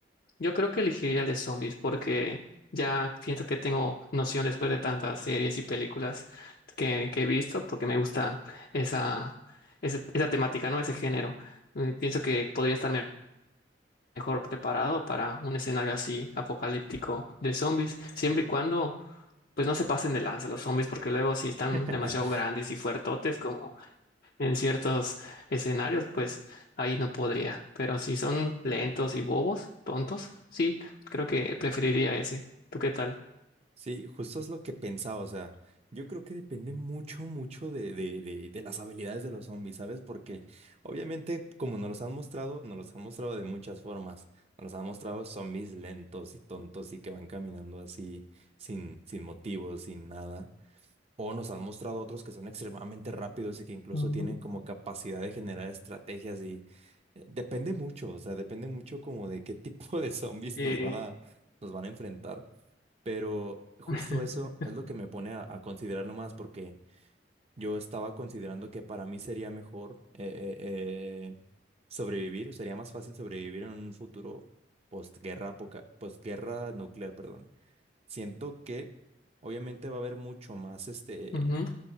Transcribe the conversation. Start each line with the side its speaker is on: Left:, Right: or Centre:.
Left: Yo creo que elegiría el de zombies porque ya siento que tengo noción después de tantas series y películas que, que he visto, porque me gusta esa, ese- esa temática, ¿no? Ese género. Eh, Pienso que podría estar mejor preparado para un escenario así apocalíptico de zombies, siempre y cuando pues no se pasen de lanza los zombies, porque luego si están
Right: <laughs>
Left: demasiado grandes y fuertotes como en ciertos escenarios, pues ahí no podría. Pero si son lentos y bobos, tontos, sí, creo que preferiría ese. ¿Tú qué tal?
Right: Sí, justo es lo que pensaba, o sea, yo creo que depende mucho, mucho de, de, de, de las habilidades de los zombies, ¿sabes? Porque obviamente, como nos los han mostrado, nos los han mostrado de muchas formas. Nos los han mostrado zombies lentos y tontos y que van caminando así sin, sin motivo, sin nada. O nos han mostrado otros que son extremadamente rápidos y que incluso
Left: Mm,
Right: tienen como capacidad de generar estrategias y eh, depende mucho, o sea, depende mucho como de qué <laughs> tipo de zombies
Left: eh,
Right: nos van a, nos van a enfrentar. Pero justo
Left: <laughs>
Right: eso es lo que me pone a, a considerarlo más porque yo estaba considerando que para mí sería mejor eh, eh, eh, sobrevivir, sería más fácil sobrevivir en un futuro postguerra, apoca- postguerra nuclear, perdón. Siento que obviamente va a haber mucho más este
Left: ujú,